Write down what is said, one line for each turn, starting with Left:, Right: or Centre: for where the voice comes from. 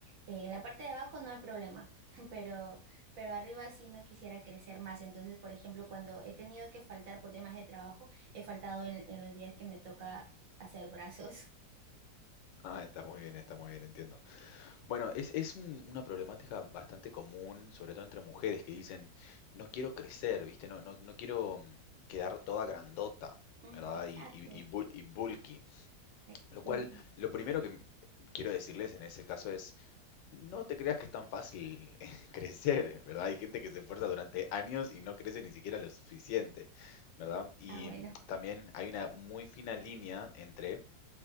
Right: Eh, en la parte de abajo no hay problema <laughs> pero pero arriba sí no quisiera crecer más. Entonces, por ejemplo, cuando he tenido que faltar por temas de trabajo, he faltado en, en los días que me toca hacer brazos. <laughs>
Left: Ah, está muy bien, está muy bien, entiendo. Bueno, es, es un- una problemática bastante común, sobre todo entre mujeres, que dicen, no quiero crecer, ¿viste? No, no, no quiero mm, quedar toda grandota,
Right: Mm,
Left: ¿verdad?
Right: Exacto.
Left: Y, y, y bul- y bulky.
Right: Ay,
Left: Lo
Right: ujú.
Left: cual, lo primero que m- quiero decirles en ese caso es, no te creas que es tan fácil <laughs> crecer, ¿verdad? Hay gente que se esfuerza durante años y no crece ni siquiera lo suficiente, ¿verdad?
Right: <laughs>
Left: Y
Right: Ah, bueno.
Left: mm, también hay una muy fina línea entre